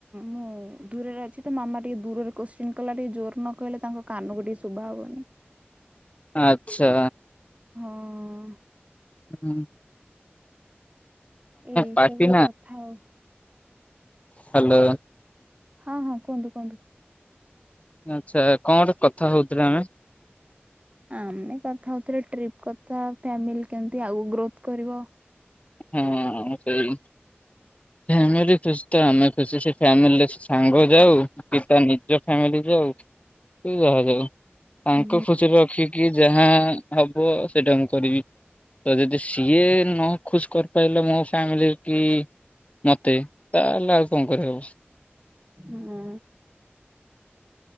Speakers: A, on the right; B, on the left.
A: ମୁଁ ଦୂରରେ ଅ କିଛି ତ ମାମା ଟିକେ ଦୂରରେ କୋଶ୍ଚିନ୍ କଲା ଟିକେ ଜୋର ନ କହିଲେ ତାଙ୍କ କାନକୁ ଟିକେ ଶୁଭା ହବନି।
B: ଆଚ୍ଛା।
A: ହଁ।
B: ହୁଁ।
A: ଏଇ
B: ପାଟି
A: ସବୁ କଥା ଆଉ।
B: ହାଲୋ।
A: ହଁ ହଁ କୁହନ୍ତୁ କୁହନ୍ତୁ।
B: ଆଚ୍ଛା କଣ ଗୋଟେ କଥା ହଉଥିଲେ ଆମେ।
A: ଆମେ କଥା ହଉଥିଲେ ଟ୍ରିପ୍ କଥା ଫ୍ୟାମିଲି କେମତି ଆଗକୁ ଗ୍ରୋଥ କରିବ।
B: ହଁ ସେଇ ଫ୍ୟାମିଲି ଖୁସି ତ ଆମେ ଖୁସି ସେ ଫ୍ୟାମିଲୀ ରେ ସାଙ୍ଗ ଯାଉ କି ତା ନିଜ ଫ୍ୟାମିଲି ଯାଉ କି ଯାହା ଯାଉ ତାଙ୍କୁ
A: ହୁଁ
B: ଖୁସିରେ ରଖିକି ଯାହା ହବ ସେଇଟା ମୁଁ କରିବି ତ ଯଦି ସିଏ ନ ଖୁସି କରିପାରିଲ ମୋ ଫ୍ୟାମିଲି କି ମତେ ତାହେଲେ ଆଉ କଣ କରିହବ।
A: ହୁଁ